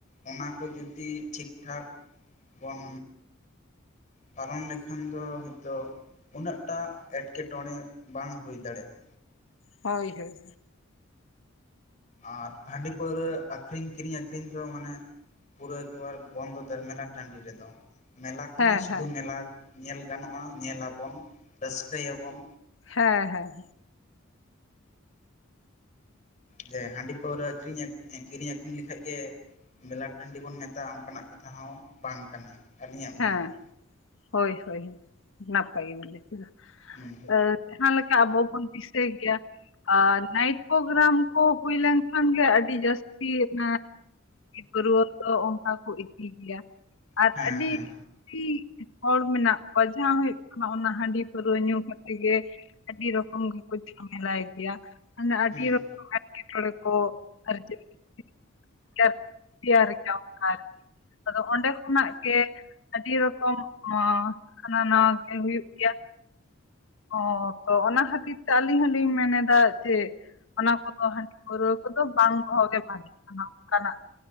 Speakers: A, on the left; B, on the left.
A: ᱚᱱᱟ ᱠᱚ ᱡᱩᱫᱤ ᱴᱷᱤᱠ ᱴᱷᱟᱠ ᱵᱚᱱ ᱯᱟᱞᱚᱱ ᱞᱮᱠᱷᱟᱱ ᱫᱚ ᱦᱳᱭ ᱛᱚ᱾ ᱩᱱᱟᱹᱜ ᱴᱟᱜ, ᱮᱴᱠᱮᱴᱚᱬᱮ, ᱵᱟᱝ ᱦᱩᱭ ᱫᱟᱲᱮᱭᱟᱜ-ᱟ᱾
B: ᱦᱳᱭ ᱦᱳᱭ᱾
A: ᱟᱨ ᱦᱟᱺᱰᱤ ᱯᱟᱹᱣᱨᱟᱹ ᱟᱹᱠᱷᱨᱤᱧ ᱠᱤᱨᱤᱧ ᱟᱹᱠᱷᱨᱤᱧ ᱫᱚ ᱢᱟᱱᱮ ᱯᱩᱨᱟᱹ ᱮᱠᱵᱟᱨ ᱵᱚᱱᱫᱚ ᱩᱛᱟᱹᱨ ᱢᱮᱞᱟ ᱴᱟᱺᱰᱤ ᱨᱮ ᱫᱚ᱾ ᱢᱮᱞᱟ ᱠᱟᱱᱟ,
B: ᱦᱮᱸ
A: ᱥᱩᱫᱷᱩ
B: ᱦᱮᱸ
A: ᱢᱮᱞᱟ ᱧᱮᱞ ᱜᱟᱱᱚᱜ-ᱟ ᱧᱮᱞᱟᱵᱚᱱ ᱨᱟᱹᱥᱠᱟᱹᱭᱟ ᱵᱚᱱ᱾
B: ᱦᱮᱸ ᱦᱮᱸ᱾
A: ᱡᱮ ᱦᱟᱺᱰᱤ ᱯᱟᱹᱣᱨᱟᱹ ᱟᱠᱤᱨᱤᱧ ᱠᱤᱨᱤᱧ ᱟᱠᱷᱨᱤᱧ ᱞᱮᱠᱷᱟᱡ ᱜᱮ᱾ ᱢᱮᱞᱟ ᱴᱟᱺᱰᱤ ᱵᱚᱱ ᱢᱮᱛᱟᱜᱼᱟ ᱚᱱᱠᱟᱱᱟᱜ ᱠᱟᱛᱷᱟ ᱦᱚᱸ ᱵᱟᱝ ᱠᱟᱱᱟ᱾ ᱟᱹᱞᱤᱧᱟᱜ
B: ᱦᱮᱸ
A: ᱢᱚᱱᱮᱛᱮ
B: ᱦᱳᱭ ᱦᱳᱭ ᱱᱟᱯᱟᱭ ᱜᱮ ᱵᱚᱞᱮ <unintelligible>
A: ᱦᱩᱸ᱾
B: ᱮᱸ ᱡᱟᱦᱟᱸ ᱞᱮᱠᱟ ᱟᱵᱚ ᱵᱚᱱ ᱫᱤᱥᱟᱹᱭ ᱜᱮᱭᱟ. ᱾ ᱟᱨ ᱱᱟᱭᱤᱴ ᱯᱳᱜᱨᱟᱢ ᱠᱚ ᱦᱩᱭ ᱞᱮᱱᱠᱷᱟᱱ ᱜᱮ ᱟᱹᱰᱤ ᱡᱟᱹᱥᱛᱤ ᱮᱸᱻ ᱯᱟᱹᱨᱣᱟᱹ ᱫᱚ ᱚᱱᱠᱟ ᱠᱚ ᱤᱫᱤ ᱜᱮᱭᱟ ᱟᱨ
A: ᱦᱮᱸ
B: ᱟᱹᱰᱤ
A: ᱦᱮᱸ
B: ᱟᱰᱤ ᱦᱚᱲ ᱢᱮᱱᱟᱜ ᱠᱚᱣᱟ ᱡᱟᱦᱟᱸ ᱦᱩᱭᱩᱜ ᱠᱟᱱᱟ ᱚᱱᱟ ᱦᱟᱺᱰᱤ ᱯᱟᱨᱹᱨᱟᱹ ᱧᱩ ᱠᱟᱛᱮ ᱜᱮ ᱟᱹᱰᱤ ᱨᱚᱠᱚᱢ ᱜᱮᱠᱚ ᱡᱷᱟᱢᱮᱞᱟᱭ ᱜᱮᱭᱟ ᱢᱟᱱᱮ ᱟᱹᱰᱤ
A: ᱦᱩᱸ
B: ᱨᱚᱠ ᱮᱴᱠᱮᱴᱚᱬᱮ ᱠᱚ ᱟᱨ ᱪᱮᱫ <unintelligible> ᱟᱫᱚ ᱚᱸᱰᱮ ᱠᱷᱚᱱᱟᱜ ᱜᱮ ᱟᱹᱰᱤ ᱨᱚᱠᱚᱢ ᱦᱚᱸ ᱦᱟᱱᱟ ᱱᱟᱣᱟ ᱠᱟᱢᱤ ᱦᱩᱭᱩᱜ ᱜᱮᱭᱟ᱾ ᱦᱚᱸ ᱛᱚ ᱚᱱᱟ ᱠᱷᱟᱹᱛᱤᱨ ᱛᱮ ᱟᱹᱞᱤᱧ ᱦᱚᱞᱤᱧ ᱢᱮᱱᱮᱫᱟ ᱡᱮ ᱚᱱᱟ ᱠᱚᱫᱚ ᱦᱟᱺᱰᱤ ᱯᱟᱹᱨᱣᱟᱹ ᱠᱚᱫᱚ ᱵᱟᱝ ᱫᱚᱦᱚᱜ ᱜᱮ ᱵᱷᱟᱜᱤ ᱠᱟᱱᱟ ᱚᱱᱠᱟᱱᱟᱜ᱾